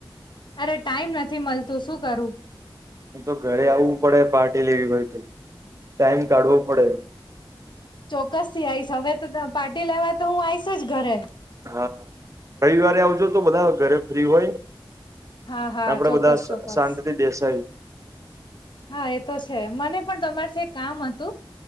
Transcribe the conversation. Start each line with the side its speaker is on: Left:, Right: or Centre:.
Left: અરે ટાઈમ નથી મળતું શું કરું
Right: એ તો ઘરે આવવું પડે પાર્ટી લેવી હોય તો ટાઈમ કાઢવો પડે
Left: ચોક્કસ થી આવીશ હવે તો પાર્ટી લેવા તો હું આવીઈશ જ ઘરે
Right: હા રવિવારે આવજો તો બધા ઘરે ફ્રી હોય
Left: હા હા
Right: ને આપડે
Left: ચોક્કસ
Right: બધા
Left: ચોક્કસ
Right: શાંતિથી બેસાય
Left: હા એતો છે મને પણ તમાર કામ હતું